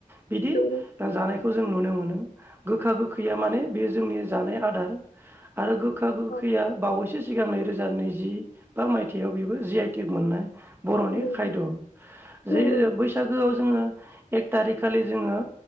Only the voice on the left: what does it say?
नंगौ
औ
नंगौ
नंगौ